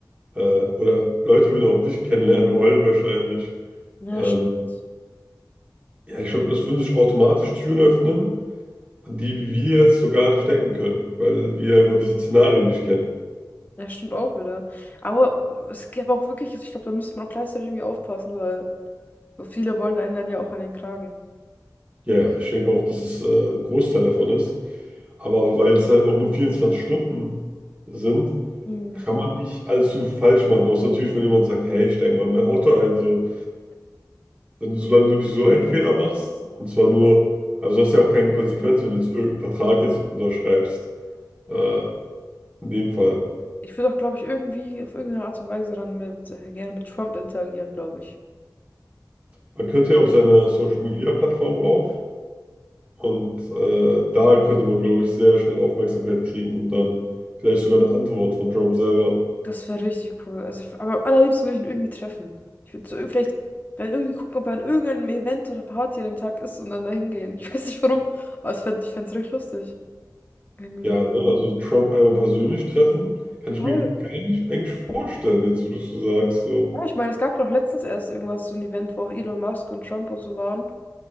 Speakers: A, on the right (about 20°); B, on the left (about 25°).
A: Äh, oder Leute würden auch dich kennenlernen <laughs> wollen wahrscheinlich.
B: Ja,
A: Ähm,
B: stimmt.
A: ja, ich glaube, das würden sich automatisch Türen öffnen, an die wir jetzt so gar nicht denken können, weil wir einfach diese Szenarien nicht kennen.
B: Ja, stimmt auch wieder. Aber es gäbe auch wirklich, also ich glaube, da müsste man auch gleichzeitig irgendwie aufpassen, weil so viele wollen einen dann ja auch an den Kragen.
A: Ja, ja, ich denke auch, dass es äh, ein Großteil davon ist. Aber weil es halt auch nur 24 Stunden sind,
B: Mm.
A: kann man nicht allzu falsch machen. Außer natürlich, wenn jemand sagt, hey, steig mal in mein Auto ein. So. Wenn du, solange du nicht so einen Fehler machst, und zwar nur, also du hast ja auch keine Konsequenz, wenn du jetzt irgendeinen Vertrag jetzt unterschreibst. Äh, in dem Fall.
B: Ich würde auch, glaube ich, irgendwie auf irgendeine Art und Weise dann mit, äh, gerne mit Trump interagieren, glaube ich.
A: Man könnte ja auf seiner Social-Media-Plattform rauf und äh, da könnte man, glaube ich, sehr schnell Aufmerksamkeit kriegen und dann vielleicht sogar eine Antwort von Trump selber.
B: Das wäre richtig cool. Also ich, aber am allerliebsten würde ich ihn irgendwie treffen. Ich würde so ir- vielleicht wenn irgendwie gucken, ob er an irgendeinem Event oder Party an dem Tag ist und dann dahin gehen. Ich weiß nicht warum, aber ich fände, ich fände es recht lustig. Irgendwie.
A: Ja, ne? Also Trump einmal persönlich treffen, kann ich
B: Voll.
A: mir gar nicht eigentlich vorstellen, jetzt wo du es so sagst. So.
B: Ja, ich meine, es gab doch letztens erst irgendwas, so ein Event, wo auch Elon Musk und Trump und so waren,